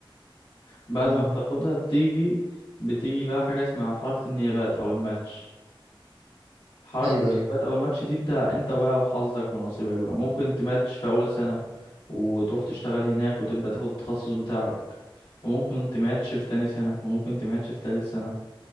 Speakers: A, on the left; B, on the right.
A: بعد
B: مم.
A: ما بتاخدها بتيجي بتيجي بقى حاجة اسمها حركة النيابات او الماتش حركة
B: ايوه
A: النيابات
B: ايوه
A: او الماتش دي انت انت بقى وحظك ونصيبك بقى ممكن تماتش في اول سنة وتروح تشتغل هناك وتبدأ تاخد التخصص بتاعك وممكن تماتش في تاني سنة وممكن تماتش في تالت سنة